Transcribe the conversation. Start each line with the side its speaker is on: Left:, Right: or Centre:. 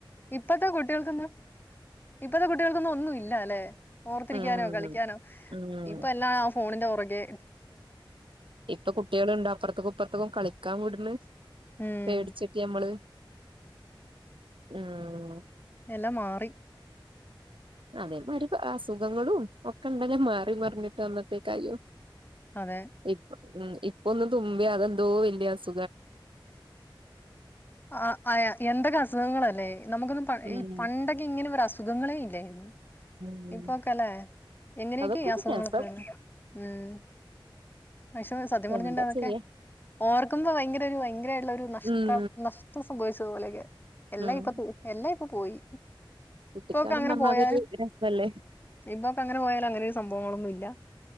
Left: ഇപ്പത്തെ കുട്ടികൾക്കൊന്നും ഇപ്പത്തെ കുട്ടികൾക്കൊന്നും ഒന്നുല്ലാല ഓർത്തിരിക്കാനോ
Right: ഉം
Left: കളിക്കാനോ
Right: ഉം
Left: ഇപ്പെന്നാ ഫോണിന്റെ പൊറകെ
Right: ഇപ്പൊ കുട്ടികളെയൊണ്ടോ അപ്രത്തക്കും ഇപ്രത്തക്കും കളിക്കാൻ വിടണ്
Left: ഉം
Right: പേടിച്ചിട്ട് ഞമ്മള്. ആ
Left: ല്ലാം മാറി.
Right: അതേമാരിപ്പം അസുഖങ്ങളും ഒക്കെ ഇങ്ങനെ മാറിമറിഞ്ഞും അന്നത്തേക്കായും.
Left: അതെ
Right: ഇപ്പ ഉം ഇപ്പൊന്ന് തുമ്പിയ അത് ന്തോ വല്ല്യ അസു
Left: ആഹ് അയ എന്തൊക്കസുഖങ്ങളല്ലേ. നമുക്കൊന്നും പ
Right: ഉം
Left: ഈ പണ്ടൊക്കെ ങ്ങനെ അസു ഖങ്ങളെ ല്ലായിർന്നു.
Right: ഉം
Left: ഇപ്പൊക്കലേ എങ്ങനൊക്കെ
Right: അതൊക്കെ
Left: ഈ
Right: ഒരു
Left: അസുഖങ്ങളൊക്കെ
Right: രസം
Left: വർന്നെ. ഉം വെഷമ സത്യം പറഞ്ഞീണ്ടെ
Right: എന്താ
Left: അതൊക്കെ
Right: ചെയ്യാ
Left: ഓർക്കുമ്പോ ഭയങ്ക ഭയങ്കരായിട്ട്ള്ളൊരു നഷ്ട്ടം
Right: ഉം
Left: നഷ്ട്ടം സംഭ ച്ചോ ലകെ. എല്ലയിപ്പപ്പോവും
Right: ഉം
Left: എല്ല പോയി.
Right: കുട്ടിക്കാലം
Left: പ്പോക്കെ ങ്ങനെ
Right: പറഞ്ഞ
Left: പോയാലും
Right: അതൊരു രസല്ലേ
Left: ഇന്നൊക്കങ്ങനെ പോയാലും അങ്ങനൊരു സംഭവങ്ങളൊന്നുല്ല.